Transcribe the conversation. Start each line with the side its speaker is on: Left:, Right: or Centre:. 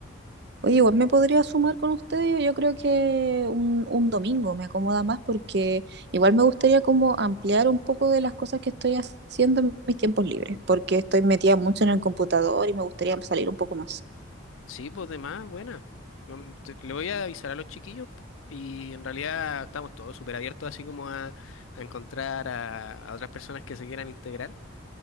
Right: Oye, igual me podría sumar con ustedes, yo creo que un, un domingo me acomoda más porque igual me gustaría como ampliar un poco de las cosas que estoy haciendo en mis tiempos libres, porque estoy metida mucho en el computador y me gustaría salir un poco más.
Left: Sí, pues de más, buena. No, te- Le voy a avisar a los chiquillos y en realidad estamos todos súper abiertos así como a, a encontrar a, a otras personas que se quieran integrar.